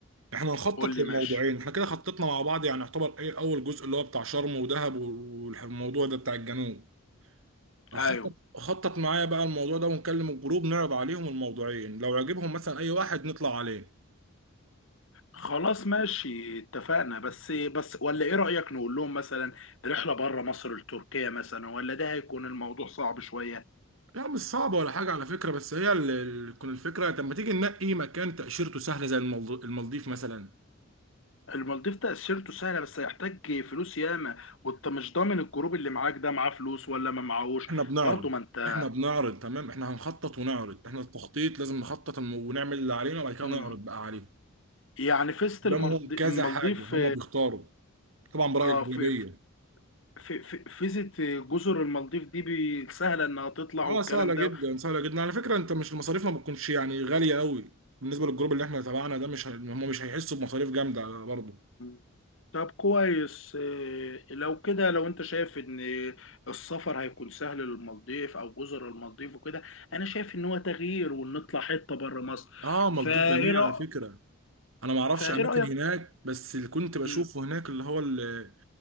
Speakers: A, on the right; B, on the left.
A: احنا نخطط
B: قول لي
A: للموضوعين
B: ماشي
A: احنا كده خططنا مع بعض يعني يعتبر ايه اول جزء اللي هو بتاع شرم ودهب والموضوع ده بتاع الجنوب خطط
B: ايوه
A: خطط معايا بقى الموضوع ده ونكلم الجروب نعرض عليهم الموضوعين لو عجبهم مثلا اي واحد نطلع عليه
B: خلاص ماشي اتفقنا بس بس ولا ايه رأيك نقول لهم مثلا رحلة بره مصر لتركيا مثلا ولا ده هيكون الموضوع صعب شوية
A: لا مش صعبة ولا حاجة على فكرة بس هي ال- ال- تكون الفكرة طب ما تيجي ننقي مكان تأشيرته سهلة زي المالد- المالديف مثلا
B: المالديف تأشيرته سهلة بس هيحتاج فلوس ياما وانت مش ضامن الجروب اللي معاك ده معاه فلوس ولا ما معاهوش
A: احنا بنعرض
B: برضه ما انت
A: احنا بنعرض تمام احنا هنخطط ونعرض احنا التخطيط لازم نخطط الم- ونعمل اللي علينا وبعد كده
B: مم.
A: نعرض بقى عليهم
B: يعني فيزة
A: قدامهم
B: المرض- المالديف
A: كذا حاجة هما بيختاروا طبعا برأي
B: اه
A: الأغلبية
B: في في في في- فيزة جزر المالديف دي بي- سهلة انها تطلع
A: اه
B: والكلام
A: سهله جدا
B: ده
A: سهله جدا على فكره انت مش المصاريف ما بتكونش يعني غاليه قوي بالنسبه للجروب اللي احنا تبعنا ده مش ه- هم مش هيحسوا بمصاريف جامده برضه
B: مم. طب كويس إيه، لو كده لو انت شايف ان السفر هيكون سهل للمالديف او جزر المالديف وكده انا شايف ان هو تغيير ونطلع حته بره مصر
A: اه مالديف
B: فايه
A: جميل
B: رأ...
A: على فكره انا ما اعرفش
B: فايه
A: اماكن
B: رأيك
A: هناك بس اللي كنت بشوفه
B: مم.
A: هناك اللي هو ال-